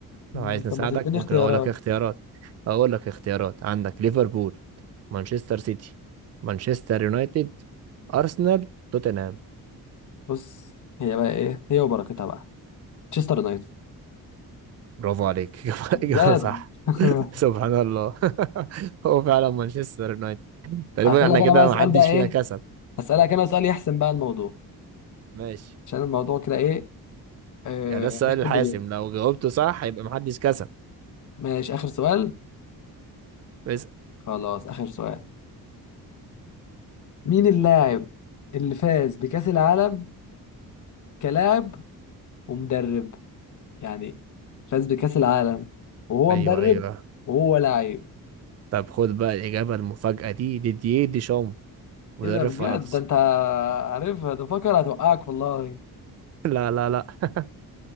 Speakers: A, on the left; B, on the right.
A: مم،
B: لو عايز نساعدك
A: طب ما تديني
B: ممكن
A: اختيارات
B: اقول لك اختيارات اقول لك اختيارات عندك ليفربول مانشستر سيتي مانشستر يونايتد ارسنال توتنهام
A: بص هي بقى ايه هي وبركتها بقى تشستر يونايتد
B: برافو عليك <laughs> إجابة
A: جد
B: صح
A: <laughs>
B: سبحان الله <laughs> هو فعلا مانشستر يونايتد تقريبا
A: هسألك
B: احنا
A: أنا
B: كده
A: بقى سؤال
B: محدش
A: بقى ايه
B: فينا كسب
A: هسألك أنا سؤال يحسم بقى الموضوع
B: ماشي
A: عشان الموضوع كده ايه آه
B: يعني ده السؤال
A: مش
B: الحاسم
A: حد بيكسب
B: لو جاوبته صح يبقى محدش كسب
A: ماشي آخر سؤال
B: بس
A: خلاص آخر سؤال مين اللاعب اللي فاز بكأس العالم كلاعب ومدرب يعني فاز بكأس العالم وهو
B: ايوه
A: مدرب
B: ايوه
A: وهو لعيب
B: طب خد بقى الإجابة المفاجأة دي ديدييه ديشام مدرب
A: ايه ده بجد
B: فرنسا
A: ده انت عارفها ده فكر هتوقعك والله
B: <laughs> لا لا لا <laughs>